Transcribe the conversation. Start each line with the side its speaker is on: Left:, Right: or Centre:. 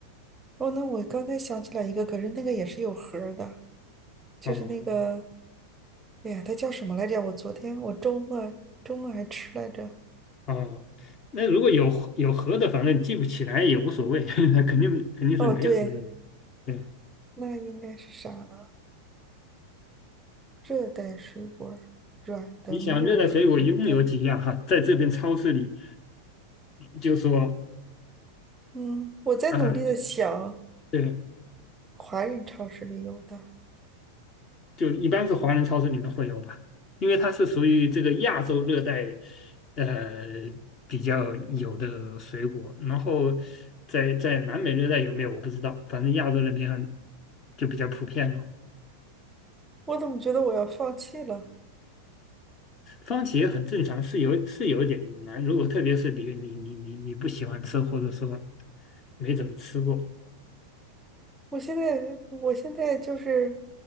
Right: 哦，那我刚才想起来一个，可是那个也是有核的，就是那个，
Left: 哦
Right: 哎呀，它叫什么来着？我昨天我周末周末还吃来着。
Left: 哦，那如果有盒有盒的，反正记不起来也无所谓，<laughs> 那肯定肯定是没盒的。
Right: 哦，对，
Left: 对，
Right: 那应该是啥呢？热带水果儿软的，
Left: 你想热带水果一共有几样哈？
Right: 没有核。的。
Left: 在这边超市里就说。
Right: 嗯，我在努力的想，
Left: 嗯，对，
Right: 华人超市里有的，
Left: 就一般是华人超市里面会有吧，因为它是属于这个亚洲热带，呃，比较有的水果。然后在在南美热带有没有我不知道，反正亚洲那边就比较普遍了。
Right: 我怎么觉得我要放弃了？
Left: 番茄很正常，是有是有点难，如果特别是你你你你你不喜欢吃，或者说没怎么吃过
Right: 我现在，我现在就是